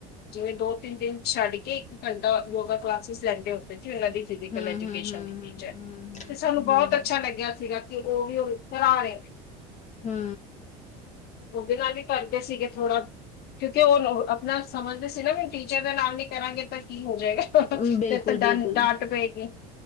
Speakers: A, on the left; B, on the left.
A: ਜਿਵੇਂ ਦੋ ਤਿੰਨ ਦਿਨ ਛੱਡ ਕੇ ਇੱਕ ਘੰਟਾ ਯੋਗਾ ਕਲਾਸਿਸ ਲੈਂਦੇ ਹੋਦੇ ਇਹਨਾਂ ਦੀ ਫਿਜ਼ਕਲ
B: ਹਮ
A: ਐਜੂਕੇਸ਼ਨ
B: ਹਮ ਹਮ
A: ਦੀ ਟੀਚਰ
B: ਹਮ
A: ਤੇ ਸਾਨੂੰ ਬਹੁਤ
B: ਹਮ
A: ਅੱਛਾ ਲੱਗਿਆ ਸੀਗਾ ਤੇ ਔਹ ਵੀ, ਉਸ ਤਰਹ ਹੈ।
B: ਹਾਂ
A: ਔਦੇ ਨਾਲ ਵੀ ਕਰਦੇ ਸੀਗੇ ਥੋੜਾ, ਕਿਉਂਕਿ ਔਹ ਨਾ ਸਮਝਦੇ ਸੀ ਨਾ ਵੀਣ ਟੀਚਰ ਦਾ ਨਾਲ ਨੀ ਕਰਾਂਗੇ ਤਾਂ ਕੀ ਹੋ ਫਿਰ
B: ਹਮ ਬਿਲਕੁਲ
A: ਤਾਂ ਡ
B: ਬਿਲਕੁਲ
A: ਡਾਂਟ ਪਏਗੀ